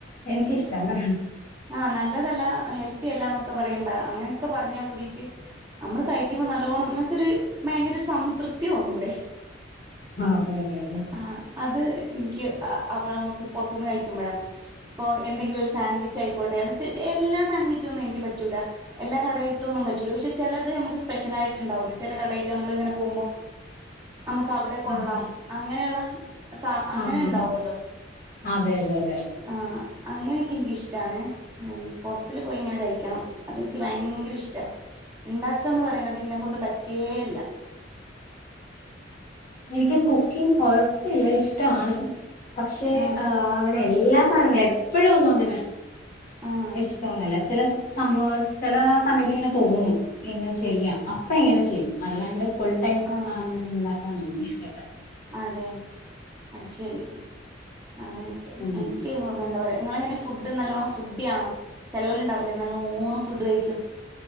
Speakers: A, on the left (about 45°); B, on the right (about 15°).
A: എനിക്കിഷ്ടണ്
B: ആഹ നല്ലതല്ല ഹെൽത്തി അല്ല എന്നൊക്കെ പറയട അങ്ങനെ ക്കെ പറഞ്ഞ കൂടിട്ട് നമ്മള് കഴിക്കുമ്പോ നല്ലോണം നമ്മുക്കൊരു ഭയങ്കര സംതൃപ്തി തൃപ്തി തോന്നുലെ
A: അതെ അതെ അതെ
B: ആ അത് എനിക്ക് നമുക്ക് പുറത്തുന്ന് കഴിക്കുമ്പോഴാ ഇപ്പൊ എന്തെങ്കിലും ഒരു സാൻഡ്വിച്ച് ആയിക്കോട്ടെന്ന്. എല്ലാ സാൻവിച്ച് ഒന്നും എനിക്ക് പറ്റൂല എ എല്ലാ കടയിത്തെ ഒന്ന് പറ്റൂല പക്ഷെ ചിലത് നമുക്ക് സ്പെഷ്യലായിട്ട് ഉണ്ടാവില്ല ചില കടയിൽ നമ്മൾ ഇങ്ങനെ പോകുബോ നമുക്ക് അവിടെ കൊള്ളാം
A: ആഹ്
B: അങ്ങനെയുള്ള സാ അങ്ങനെ
A: ആഹ്
B: ഉണ്ടാവോല്ലോ
A: അതെ അതെ അതെ
B: ആഹ് അങ്ങനെ തെ നിക്കിഷ്ടാണ്, പുറത്തില് പോയി ങ്ങനെ കഴിക്കണം. അതെനിക്ക് ഭയങ്കര - ഇഷ്ട്ടാ ഉണ്ടാക്കാന്ന് പറയണത് എന്നെ കൊണ്ട് പറ്റിയേല്ല
A: എനിക്ക് കുക്കിങ്ങ് കൊഴപ്പില്ല ഇഷ്ടാണ്. പക്ഷേ
B: ആഹ്
A: ആ അങ്ങനെ എല്ലാ സാധനങ്ങളും എപ്പോഴും ഒന്നും അങ്ങനെ
B: ആഹ്
A: ഇഷ്ടാ ഒന്നും അല്ല ചില സംഭവ ചെല സമയത്ത് ഇങ്ങനെ തോന്നും ഇങ്ങനെ ചെയ്യാം അപ്പൊ ഇങ്ങനെ ചെയ്യും അല്ലാണ്ട് ഫുൾ ടൈം
B: ആഹ്
A: അങ്ങനെ ഒന്നും ഇണ്ടാക്കാൻ എനിക്ക് ഇഷ്ട്ടെ അല്ല.
B: അതെ അത് ശരി അങ്ങനെയൊക്കെ
A: ഉം
B: എനിക്ക് എന്താ പറയുക നിങ്ങളെങ്ങനെ ഫുഡ് നല്ലോണ്ണം ഫുഡിയണോ ചേലോല് ണ്ടാവില്ലേ നല്ലോണ്ണം ഫുഡ് കഴിക്കും.